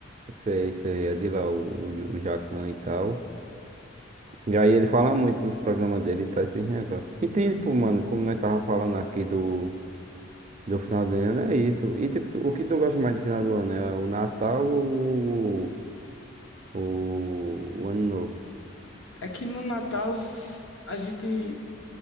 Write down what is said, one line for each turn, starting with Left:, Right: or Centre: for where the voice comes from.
Right: sei, sei, é de lá o, o, o Jacan e tal. E aí ele fala muito nos programas dele e tal, esses negócios. E tipo, mano, como nós tava falando aqui do, do final do ano, é isso. E tipo, tu- o que tu gosta mais do final do ano? É o Natal ou o, o Ano Novo?
Left: É que no Natal os- a gente